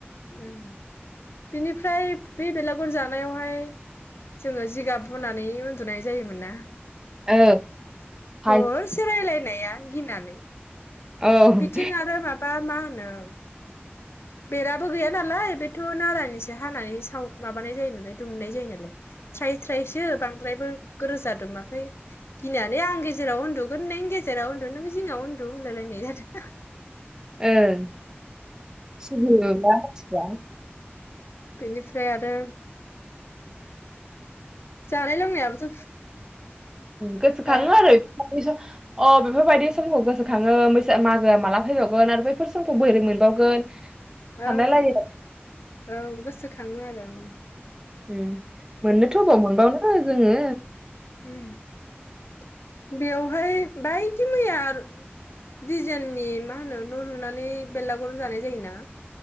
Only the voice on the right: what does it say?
ओ
औ ओं
ओं। सिगियो <unintelligible> <inaudible>
गोसो
खाङो आरो अ बेफोरबायदि समखौ गोसोखाङो मागोआ माला फैबावगोन आरो बैफोर समखौ बोरै मोनबावगोन? सानलाय
लायो
उम मोननोथ' अबाव मोनबावनो जोङो।